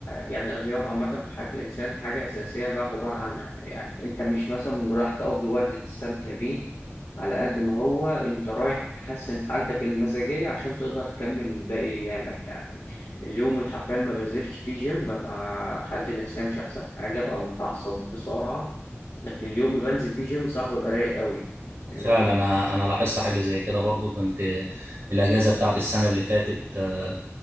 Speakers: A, on the left; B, on the right.
A: يعني الرياضة عامة في حياة الإنسان حاجة أساسية لا غبار عنها يعني أنت مش مثلا رايح تقضي وقت تستمتع بيه على قد ما هو أنت رايح تحسن حالتك المزاجية عشان تقدر تكمل باقي أيامك يعني اليوم اللي حرفيا ما بنزلش فيه جيم ببقى حالتي النفسية مش أحسن حاجة ببقى متعصب بسرعة لكن اليوم اللي بنزل فيه جيم صح ببقى رايق أوي فاهمني؟
B: انا انا لاحظت حاجة زي كده برضو كنت الاجازة بتاعة السنة اللي فاتت آه،